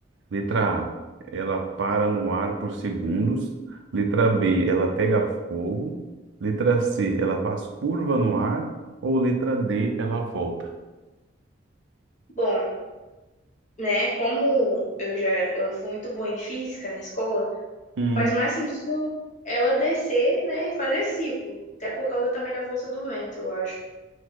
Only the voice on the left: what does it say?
Bom, né? Como eu já eu fui muito boa em física na escola,
faz mais sentido ela descer, né, e fazer ciclo, até por causa também da força do vento, eu acho,